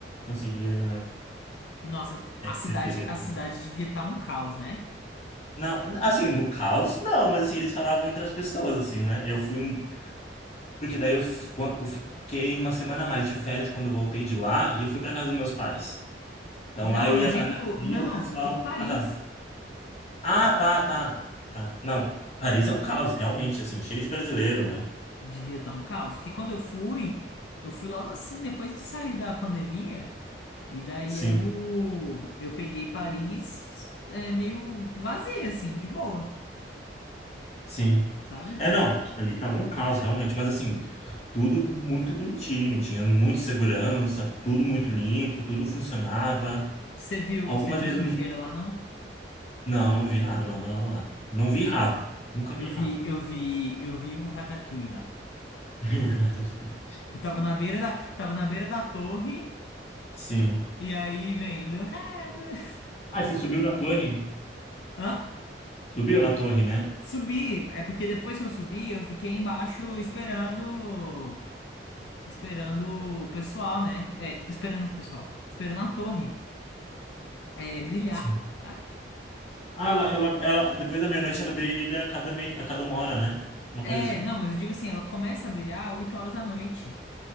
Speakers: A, on the left; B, on the left.
A: conseguia
B: Nossa, a cidade,
A: perceber.
B: a
A: assim.
B: cidade devia estar um caos, né?
A: Não, assim, no caos, não, mas assim, eles falavam entre as pessoas, assim, né? Eu fui. um- Porque daí eu, f- quando, eu fiquei uma semana a mais de férias quando eu voltei de lá e eu fui para casa dos meus pais. Então
B: Não,
A: lá eu ia
B: eu digo,
A: para casa e
B: não,
A: o pessoal.
B: eu digo Paris.
A: Ah, tá. Ah, tá, tá. Tá. Não. Paris é um caos, realmente, assim, cheio de brasileiro, né?
B: Devia estar um caos. Que quando eu fui, eu fui logo assim, depois que saiu da pandemia. E daí
A: Sim,
B: eu, eu peguei Paris é, meio vazia, assim, de boa,
A: sim.
B: sabe?
A: É, não, ali tava um caos realmente, mas assim, tudo muito bonitinho, tinha muita segurança, tudo muito limpo, tudo funcionava.
B: Você viu,
A: Algumas
B: você viu
A: vezes
B: sujeira
A: eu...
B: lá, não?
A: Não, não vi nada, nada, nada, nada. Não vi rato. Nunca vi
B: Eu
A: rato.
B: vi, eu vi, eu vi um ratatouille lá.
A: <laughs> Eu vi rato. também.
B: Eu tava na beira da, tava na beira da torre,
A: Sim.
B: e aí vem... Le Rêve.
A: Ah, você subiu na torre?
B: Hã?
A: Subiu na torre, né?
B: Subi, é porque depois que eu subi, eu fiquei embaixo esperando, esperando o pessoal, né? É, esperando o pessoal, esperando a torre, é, brilhar.
A: Sim.
B: sabe?
A: Ah, ela, ela, ela, depois da meia-noite ela brilha a cada mei, a cada uma hora, né? Uma
B: É,
A: coisa assim?
B: não, mas eu digo assim, ela começa a brilhar 8 horas da noite.